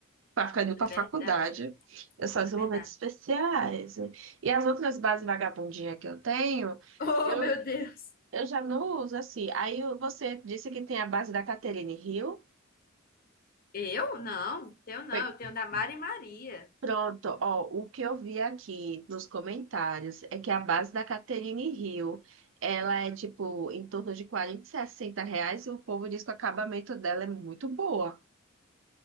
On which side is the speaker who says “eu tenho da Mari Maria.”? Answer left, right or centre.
Left